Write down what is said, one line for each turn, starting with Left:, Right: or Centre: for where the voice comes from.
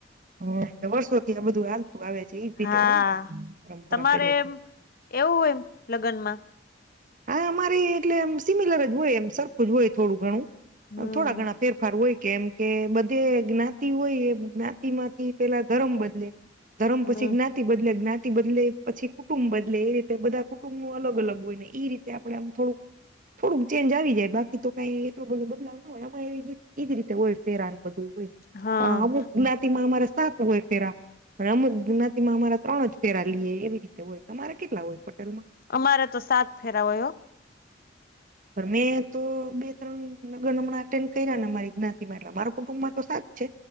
Right: એટલે વર્ષોથી આ બધું હાલતું આવે છે ઈ
Left: હા
Right: જ હોય ને તમા પરંપરા
Left: તમારે
Right: પેલેથી,
Left: એવું હોય લગનમાં
Right: હા અમારે અરે એટલે એમ સિમિલર જ હોય, એમ સરખું જ હોય થોડું ઘણું
Left: હમ
Right: થોડા ઘણા ફેરફાર હોય કે એમ કે બધે જ્ઞાતિ હોય એ જ્ઞાતિમાંથી પેલા ધરમ બદલે ધરમ
Left: હમ
Right: પછી જ્ઞાત બદલે, જ્ઞાતિ બદલે, પછી કુટુંબ બદલે, એ રીતે બધા કૂટૂબનુ અલગ અલગ હોય ઇ એ રીત આપણે આમ થોડુંક થોડુંક ચેન્જ આવી જાય બાકી તો કઈ એટલો બધો બદલાવ એજ રીતે હોય ફેરા બધું હોય
Left: હા
Right: અમુક જ્ઞાતિમાં અમારે સાત હોય ફેરા, અને અમુક જ્ઞાતિમાં અમારા ત્રણ જ ફેરા લીયે એવી રીતે હોય તમારે કેટલા પટેલમાં
Left: અમારે તો સાત ફેરા હોય હો
Right: મેં તો બે ત્રણ લગ્ન હમણાં અટેન્ડ કર્યા ને, અમારી જ્ઞાતિમાં એટલે માર કુટુંબમાં તો સાત છે,